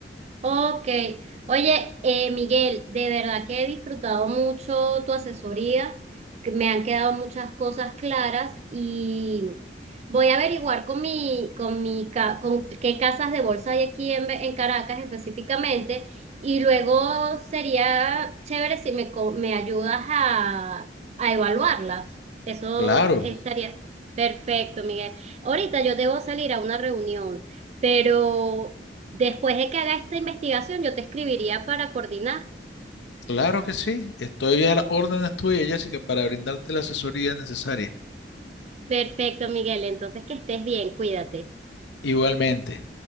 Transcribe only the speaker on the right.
Ok, oye, eh, Miguel, de verdad que he disfrutado mucho tu asesoría, que me han quedado muchas cosas claras y Voy a averiguar con mi, con mi, ca- con qué casas de bolsa hay aquí en, Ve- en Caracas específicamente y luego sería chévere si me, co- me ayudas a, a evaluarlas. Eso
estaría perfecto, Miguel. Ahorita yo debo salir a una reunión, pero después de que haga esta investigación yo te escribiría para coordinar.
Perfecto, Miguel. Entonces que estés bien, cuídate.